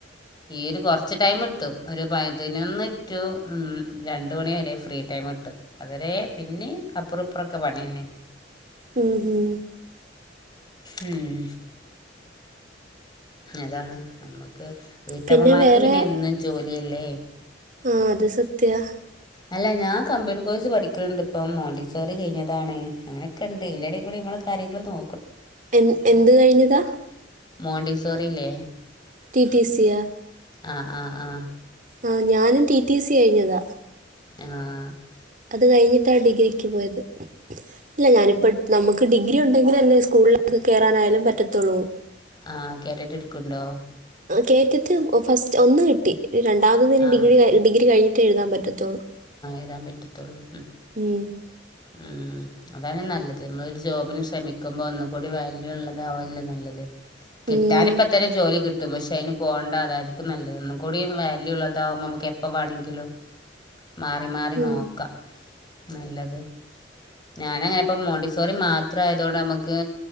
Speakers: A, on the left; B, on the right.
A: ഈ ഒരു കുറച്ച് ടൈം ഇത്തും ഒരു പതിനൊന്ന് റ്റു ഉം രണ്ട് മണി വരെ ഫ്രീ ടൈമ് കിട്ടും അതുവരേ പിന്നെ അപ്പുറുപ്പുറൊക്കെ പണിയന്നെ
B: ഉം ഉം.
A: ഉം അതാണ് നമ്മുക്ക് വീട്ടമ്മമാർക്ക്
B: പിന്നെ വേറെ
A: പിന്നെ എന്നും ജോലി യല്ലേ
B: ആ അത് സത്യാ
A: അല്ല ഞാൻ കമ്പ്യൂട്ടർ കോഴ്സ് പഠിക്കണണ്ട് ഇപ്പം മോണ്ടിസോറി കഴിഞ്ഞതാണ് അങ്ങനെയൊക്കെണ്ട് ഇതിന്റെ ഇടേ കൂടി നമ്മള് കാര്യങ്ങള് നോ
B: എൻ എന്ത് കഴിഞ്ഞതാ
A: മോഡിസ് സോറില്ലേ
B: ടി ടി സി യാ
A: ആ ആ ആ
B: ആ ഞാനും ടി ടി സി കഴിഞ്ഞതാ
A: ആആ
B: അത് കഴിഞ്ഞിട്ടാ ഡിഗ്രിക്ക് പോയത് ഇല്ല ഞാനിപ്പെട് നമുക്ക് ഡിഗ്രി ഉണ്ടെങ്കിൽ അല്ലേ സ്കൂളിലൊക്കെ കയറാനായാലും പറ്റത്തോള്ളൂ
A: ആ കേറിറ്റ് ഇടുക്കണ്ടോ
B: കേറ്റിട്ട് ഫസ്റ്റ് ഒന്ന് കിട്ടി രണ്ടാമത്ന്നെ
A: ആ
B: ഡിഗ്രി ഡിഗി കഴി റ്റ എഴുതാൻ പറ്റത്തുള്ളൂ
A: ഏതാ പറ്റത്തുള്ളൂ ഉം.
B: ഉം.
A: ഉം. അതാണ് നല്ലത് നമ്മളൊ ഒരു ജോബിന് ശ്രമിക്കുമ്പോൾ ഒന്നും കൂടി വാല്യൂ ഉള്ളതാാവല്ലോ നല്ലത് കിട്ടാനിപ്പ
B: ഉം.
A: അത്തരം ജോലി കി പക്ഷെ അതിന് പോകേണ്ട അതായിരിക്കും നല്ലത് ഒന്നും കൂടി വാല്യൂ ഉള്ളതാക നമുക്ക് എപ്പോ വേണമെങ്കിലും മാ മറിമാറി
B: ഉം.
A: നോക്കാം നല്ലത് ഞാനങ്ങനെ ഇപ്പ മോണ്ടിസോറി മാത്രംയതുകൊണ്ട് നമുക്ക്